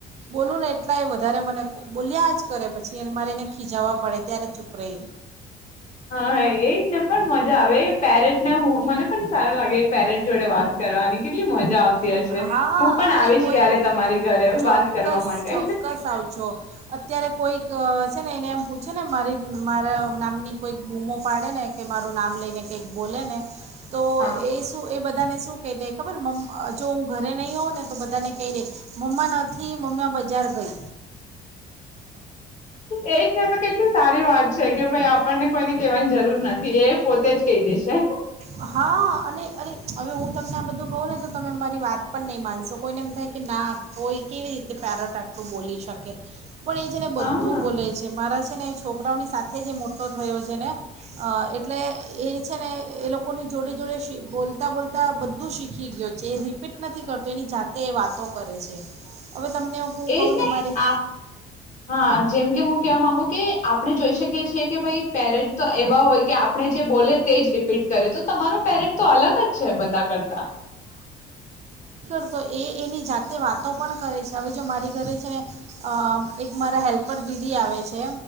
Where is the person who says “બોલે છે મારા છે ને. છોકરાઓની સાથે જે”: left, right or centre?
Right